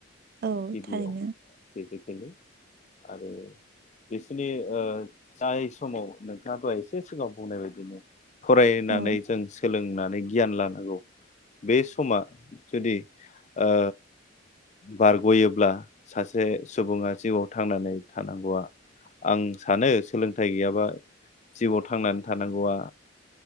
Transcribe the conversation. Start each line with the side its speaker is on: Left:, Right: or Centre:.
Right: औ
Left: गिबियाव
Right: थारैनो
Left: बे खायनो आरो बिसिरनि जाय समाव नोंथाङा दहाय एसे सिगाङाव बुंनाय बायदिनो फरायनानै
Right: औ
Left: जों सोलोंनानै गियान लान हागौ बे समा जुदि ओ बारग'योब्ला सासे सुबुङा जिउआव थांनानै थानांगौआ आं सानो सोलोंथाइ गैयाबा जिउआव थांनानै थानांगौआ